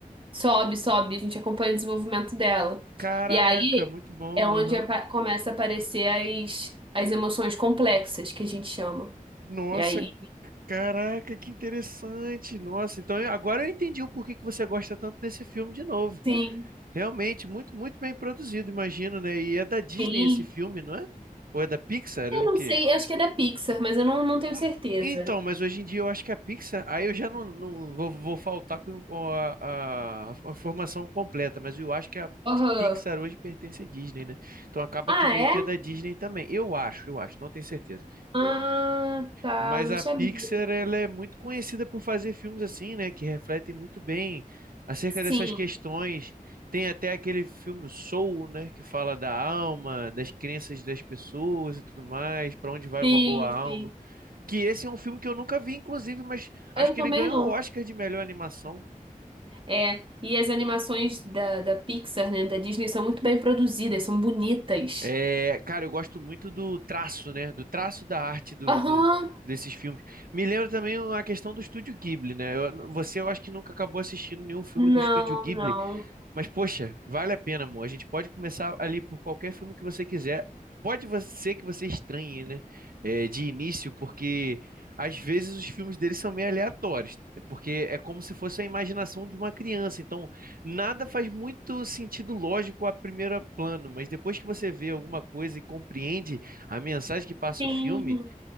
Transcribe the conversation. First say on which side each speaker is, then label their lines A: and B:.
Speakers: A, on the right; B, on the right.
A: Sobe, sobe, a gente acompanha o desenvolvimento dela.
B: Caraca,
A: E aí
B: muito bom.
A: é onde
B: aham.
A: apa- começa a aparecer as, as emoções complexas, que a gente chama.
B: Nossa,
A: E aí,
B: caraca, que interessante. Nossa, então eu- agora eu entendi o porquê que você gosta tanto desse filme de novo.
A: sim,
B: Realmente, muito, muito bem produzido, imagino, né? E é da Disney
A: sim.
B: esse filme, não é? Ou é da Pixar?
A: Eu
B: É o
A: não
B: quê?
A: sei, acho que é da Pixar, mas eu não, não tenho
B: Hum,
A: certeza.
B: Então, mas hoje em dia eu acho que a Pixar. Aí eu já não, não vou, vou faltar com a, a, a formação completa, mas eu acho que a
A: Aham.
B: Pixar hoje pertence à Disney, né? Então acaba
A: Ah,
B: que meio
A: é?
B: que é da Disney também. Eu acho, eu acho, não tenho certeza.
A: Ah, tá,
B: Mas
A: não
B: a
A: sabia.
B: Pixar, ela é muito conhecida por fazer filmes assim, né? Que refletem muito bem acerca
A: Sim,
B: dessas questões. Tem até aquele filme Soul, né? Que fala da alma, das crenças das pessoas e tudo mais, para onde vai
A: sim,
B: uma boa alma.
A: sim.
B: Que esse é um filme que eu nunca vi, inclusive, mas acho
A: Eu
B: que
A: também
B: ele ganhou
A: não.
B: o Oscar de melhor animação.
A: É, e as animações da, da Pixar, né, da Disney, são muito bem produzidas, são bonitas.
B: É, cara, eu gosto muito do traço, né? Do traço da arte do,
A: Aham.
B: do- desses filmes. Me lembra também a questão do Estúdio Ghibli, né? Eu- você, eu acho que nunca acabou assistindo nenhum filme
A: Não,
B: do Estúdio Ghibli.
A: não.
B: Mas, poxa, vale a pena, amor. A gente pode começar ali por qualquer filme que você quiser. Pode vo- ser que você estranhe, né? é, de início, porque às vezes os filmes deles são meio aleatórios, porque é como se fosse a imaginação de uma criança. Então, nada faz muito sentido lógico a primeiro plano, mas depois que você vê alguma coisa e compreende a mensagem que passa
A: Sim.
B: o filme,